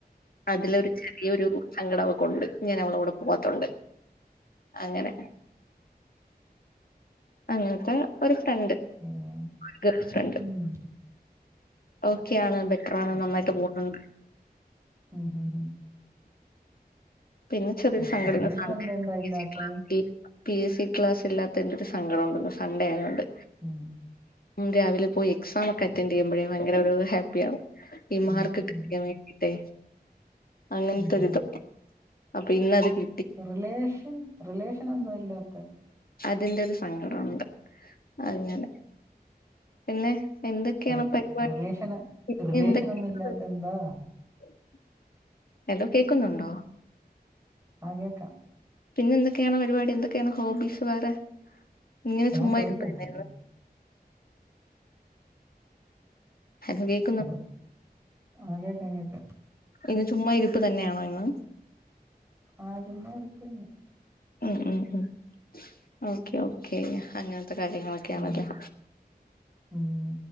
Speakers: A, on the left (about 65°); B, on the right (about 15°).
A: അതിലൊരു ചെറിയരു സങ്കടം അവക്കൊണ്ട്. ഞാൻ അവൾടെ കൂടെ പോകാത്തോണ്ട് അങ്ങനെ- അങ്ങനത്തെ ഒരു ഫ്രണ്ട്.
B: ഉം.
A: ഒരുഗുഡ് ഫ്രണ്ട്.
B: ഉം.
A: ഓക്കെ ആണ് ബെറ്ററാണ്
B: ഓക്കേ.
A: നന്നായിട്ട് പോണ്.
B: ഉം ഉം..
A: പിന്നെ ചെറിയ
B: ഉം.
A: സങ്കടോണ്ട്
B: റിലേഷൻ
A: സൺ‌ഡേ
B: എന്തെന്താ
A: ആയോണ്ട് പി
B: ഇല്ലാത്തെ?
A: എസ് സി ക്ലാസി - പി എസ് സി ക്ലാസ് ഇല്ലാത്തേന്റെ ഒരു സങ്കടം ഉണ്ടെന്ന് സൺഡേ ആയൊണ്ട്.
B: ഉം.
A: രാവിലെ പോയി എക്സാം ഒക്കെ അറ്റൻഡ് ചെയ്യുമ്പോഴേ ഭയങ്കര ഒരു ഹാപ്പിയ ആണ് ഈ മാർക്കൊക്കെ
B: ഉം, ഉം,
A: <unintelligible> വേണ്ടിട്ടെ അങ്ങനത്തെ
B: ഉം,
A: ഒരിത്
B: ഉം.
A: അപ്പൊ ഇന്നത്കി
B: റിലേഷൻ റിലേഷൻ എന്തുവഇല്ലാത്തേ-
A: അതിന്റെ ഒരു സങ്കടോണ്ട് അങ്ങനെ പിന്നെ എന്തൊക്കെയാണ്
B: റി
A: പരിപാടി
B: റിലേഷന്
A: പിന്നേ
B: റിലേഷൻ
A: എന്തൊക്കെയുണ്ട്
B: ഒന്നും ഇല്ലാത്ത എന്താ?
A: <unintelligible> പരിപാടി ഹലോ കേക്കുന്നുണ്ടോ?
B: ആഹ് കേക്കാം.
A: പിന്നെ എന്തൊക്കെയാണ് പരിപാടി എന്തൊക്കെയാണ് ഹോബീസ് വേറെ- ഇങ്ങനെ
B: ഞാൻ
A: ചുമ്മാ
B: ചോയിച്ച
A: ഇരിപ്പല്ലേ
B: കേട്ടില്ലേ?
A: ഹലോകേക്ക്
B: ഹലോ ആഹ് കേക്ക കേക്കാം.
A: ഇന്ന് ചുമ്മാ ഇരിപ്പ് തന്നെയാണോ ഇന്ന്.
B: ആഹ് ചുമ്മരിക്കന്നേ -
A: ഉം ഉം ഉം ഓക്കെ ഓക്കെ അങ്ങനത്തെ കാര്യങ്ങളൊക്കെയാണല്ലേ-
B: ഉം, ഉം.